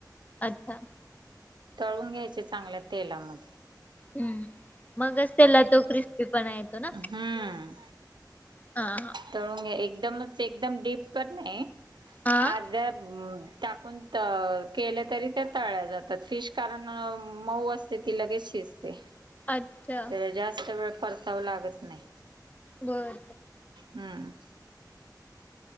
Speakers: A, on the left (about 20°); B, on the right (about 85°).
A: अच्छा
B: तळून घ्यायचे चांगल्या तेलामध्ये
A: हम् मगच त्याला तो क्रिस्पी पणा येतो ना
B: हम्म
A: हा हा
B: तळून घ्या एकदमच एकदम डीप पण नाही
A: हा
B: अर्ध्या टाकून केलं तरी त्या तळल्या जातात फिश कारण मऊ असते ती लगेच शिजते
A: अच्छा
B: त्याला जास्त वेळ परतावं लागत नाही
A: बर
B: हम्